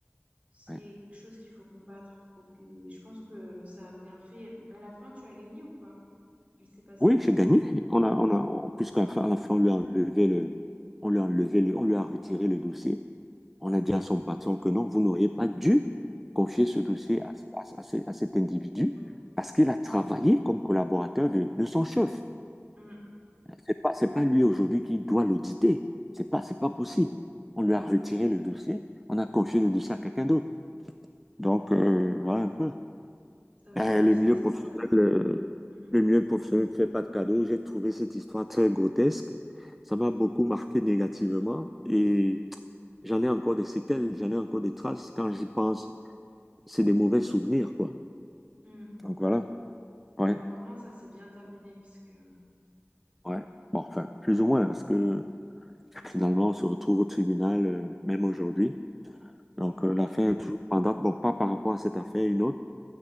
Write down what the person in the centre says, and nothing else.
ouais.
Oui,
j'ai gagné. On a, on a, on- puisqu'à
la fin, à la fin, on lui a enlevé le, on lui a enlevé le, on lui a retiré le dossier. On a dit à son patron que non, vous n'auriez pas dû confier
ce dossier à, à- à à cet individu
parce qu'il a
travaillé comme collaborateur de, de son chef.
C'est pas, c'est pas lui aujourd'hui qui doit l'auditer. C'est pas, c'est pas possible. On lui a retiré le dossier. On a confié le dossier à quelqu'un d'autre. Donc, euh, voilà un peu.
Eh,
le milieu professionnel,
euh,
le milieu professionnel ne fait pas de cadeaux. J'ai trouvé cette histoire très grotesque. Ça m'a beaucoup marqué négativement et j'en ai encore des séquelles, j'en ai encore des traces quand j'y pense. c'est des mauvais souvenirs, quoi.
Donc voilà, ouais,
ouais. Bon, enfin, plus ou moins, parce que finalement, on se retrouve au tribunal, euh, même aujourd'hui.
Donc euh, l'affaire est toujours en date, bon, pas par rapport à cette affaire, une autre,